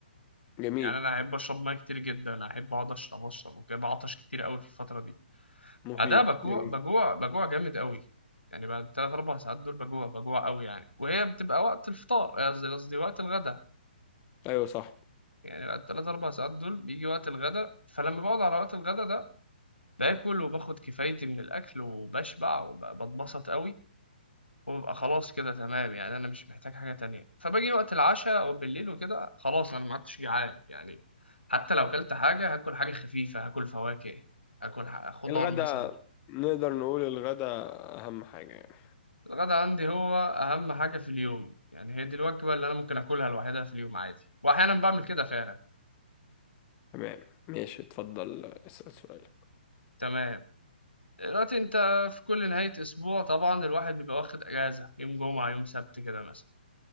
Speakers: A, on the left; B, on the left.
A: جميل
B: يعني أنا أحب أشرب مية كتير جدا أحب أقعد أشرب أشرب وكده بعطش كتير أوي في الفترة دي
A: مفيد
B: بعدها بجوع
A: جميل
B: بجوع بجوع جامد أوي يعني بعد التلات أربع ساعات دول بجوع بجوع أوي يعني وهي بتبقى وقت الفطار آه، قصدي قصدي وقت الغدا
A: ايوه صح
B: يعني بعد التلات أربع ساعات دول بيجي وقت الغدا فلما بقعد على وقت الغدا ده باكل وباخد كفايتي من الأكل وبشبع وبتبسط أوي وببقى خلاص كده تمام يعني انا مش محتاج حاجه تانية فباجي وقت العشاء او بالليل وكده خلاص انا ما عدتش جعان يعني حتى لو اكلت حاجه هاكل حاجه خفيفه هاكل فواكه هاكل ح- خضار
A: الغدا
B: مثلا
A: نقدر نقول الغدا أهم حاجة يعني
B: الغدا عندي هو اهم حاجه في اليوم يعني هي دي الوجبه اللي انا ممكن اكلها لوحدها في اليوم عادي واحيانا بعمل كده فعلا
A: تمام ماشي اتفضل اسأل سؤالك
B: تمام دلوقتي انت في كل نهايه اسبوع طبعا الواحد بيبقى واخد اجازه يوم جمعه يوم سبت كده مثلا